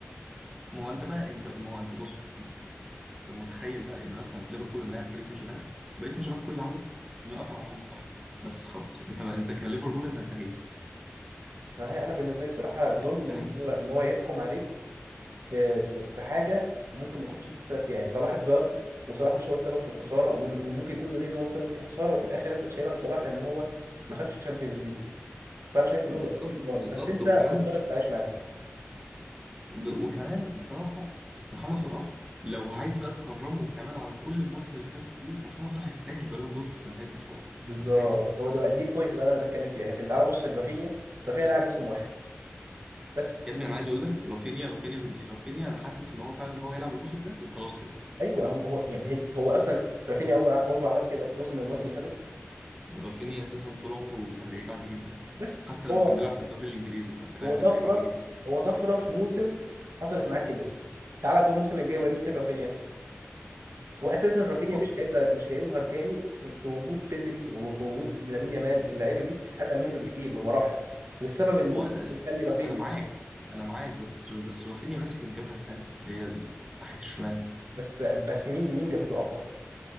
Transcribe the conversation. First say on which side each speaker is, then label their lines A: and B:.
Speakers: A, on the right; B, on the right.
A: ما هو أنت بقى أنت ما هو أنت بص بص أنت متخيل بقى إن مثلا ليفربول لما لعب باريس سان جيرمان باريس سان جيرمان كل اللي عمله إنه قفل على محمد صلاح بس خلاص أنت ما أنت كليفربول أنت انتهيت
B: فهي انا بالنسبه لي بصراحه ظلم
A: يعني فاهم
B: ان هو ان هو يحكم عليك في في, في حاجه ممكن ما تكونش انت السبب فيها يعني صلاح اتظلم وصلاح مش هو السبب في الخساره ون- وممكن يكون نونيز هو السبب في الخساره وفي الاخر انت تشيلها لصلاح ان هو ما خدش الشامبيونز ليج فانا شايف ان
A: بالظبط
B: هو بيبقى تقييم ظالم
A: بالظبط
B: بس انت
A: وكمان
B: مضطر تعيش معاه
A: ب- وكمان الصراحة محمد صلاح لو عايز بقى تكرمه كمان على كل المواسم اللي فاتت دي فمحمد صلاح يستاهل بالون دور في نهاية مشواره
B: بالظبط
A: يستاهل
B: هو ده بقى دي البوينت بقى اللي انا بتكلم فيها لكن تعال بص لرافينيا رافينيا لعب موسم واحد بس
A: يا ابني انا عايز اقول لك رافينيا رافينيا بن رافينيا انا حاسس ان هو فعلا هو هيلعب الموسم ده وخلاص كده
B: ايوه هم هو يعني هد- هو اصلا رافينيا عمره عمره عمل كده في موسم من المواسم اللي فاتت
A: رافينيا اساسا طول عمره كان لعيب عادي جدا حتى
B: بس
A: حتى لما
B: هو
A: كان بيلعب في الدوري الانجليزي كان بيلعب
B: هو طفره
A: كان لعيب عادي جدا
B: هو طفره في موسم حصلت معاه كده تعال بقى الموسم الجاي وريني فين رافينيا واساسا رافينيا
A: ما-
B: مش هيبدا مش هيظهر تاني في, في وجود بيدري وفي وجود لامين يامال اللعيبه دي اتقل منه بكتير بمراحل والسبب اللي ممكن
A: هو قتل
B: يخلي رافينيا
A: انا معاك انا معاك بس بس رافينيا ماسك الجبهة التانية اللي هي ال- ناحية الشمال
B: بس بس مين مين جابته اقوى